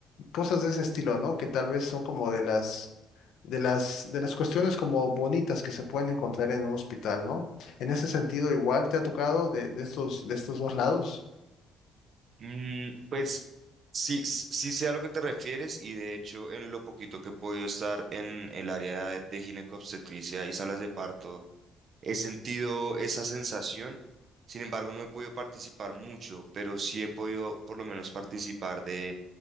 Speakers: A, on the left (about 70°); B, on the right (about 40°).
A: cosas de ese estilo, ¿no? Que tal vez son como de las, de las, de las cuestiones como bonitas que se pueden encontrar en un hospital, ¿no? En ese sentido, igual te ha tocado de, de estos, de estos dos lados.
B: Mm, pues sí, s- sí sé a lo que te refieres y de hecho en lo poquito que he podido estar en el área de ginecobstetricia y salas de parto, he sentido esa sensación. Sin embargo, no he podido participar mucho, pero sí he podido por lo menos participar de